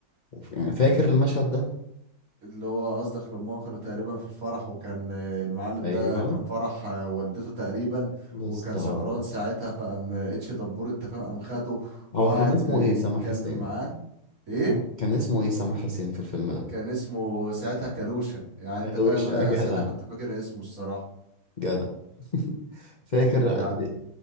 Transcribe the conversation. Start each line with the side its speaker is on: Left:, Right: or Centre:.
Left: وف... يعني فاكر المشهد ده
Right: اللي هو قصدك لما هو كانوا تقريبا في الفرح وكان آه، المعلم
Left: ايوه
Right: ده كان فرح آه، والدته تقريبا
Left: بالظبط
Right: وكان سكران ساعتها فقام آه، اتش دبور انت فاهم قام خده وقعد
Left: هو كان اسمه
Right: آه،
Left: ايه
Right: يتكلم
Left: سامح حسين
Right: معاه ايه
Left: كان كان اسمه ايه سامح حسين في الفيلم ده
Right: كان اسمه ساعتها كالوشة يعني انت
Left: كاوش
Right: فاهم
Left: يا
Right: انا
Left: جدع
Right: ساعتها كنت فاكر اسمه الصراحة
Left: جدع <laughs> فاكر
Right: مم،
Left: قد
Right: يعني
Left: ايه